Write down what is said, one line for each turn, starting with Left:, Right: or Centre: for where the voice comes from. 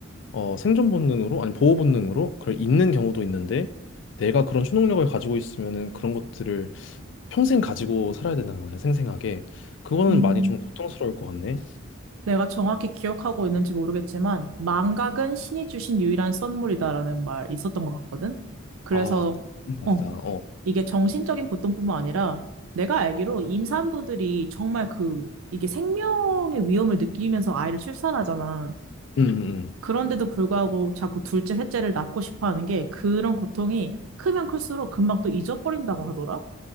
Left: 어, 생존 본능으로 아니 보호 본능으로 그걸 잊는 경우도 있는데 내가 그런 초능력을 가지고 있으면은 그런 것들을 평생 가지고 살아야 된다는 거냐, 생생하게. 그거는
Right: 음,
Left: 많이 좀 고통스러울 것 같네.
Right: 내가 정확히 기억하고 있는지 모르겠지만, 망각은 신이 주신 유일한 선물이다라는 말 있었던 것 같거든? 그래서,
Left: 아, 무슨 말이다.
Right: 어,
Left: 어.
Right: 이게 정신적인 고통뿐만 아니라, 내가 알기로 임산부들이 정말 그, 이게 생명의 위험을 느끼면서 아이를 출산하잖아.
Left: 음, 음, 음.
Right: 그런데도 불구하고 자꾸 둘째, 셋째를 낳고 싶어 하는 게 그런 고통이 크면 클수록 금방 또 잊어버린다고 하더라?